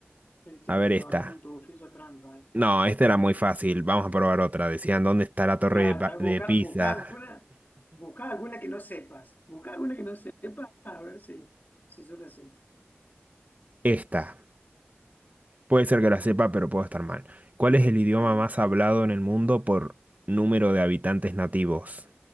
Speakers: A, on the left (about 50°); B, on the right (about 40°).
A: Estoy
B: A ver esta.
A: abriendo un tubo, trampa, eh.
B: No, esta
A: Dale.
B: era muy fácil.
A: <laughs>
B: Vamos a probar otra. Decían, ¿dónde está la torre
A: Claro,
B: de, pa-
A: a ver,
B: de
A: busca,
B: Pisa?
A: busca alguna, busca alguna que no sepas. Busca alguna que no sepas, a ver si, si yo la sé.
B: Esta. Puede ser que la sepa, pero puedo estar mal. ¿Cuál es el idioma
A: Está bien.
B: más hablado en el mundo por número de habitantes nativos?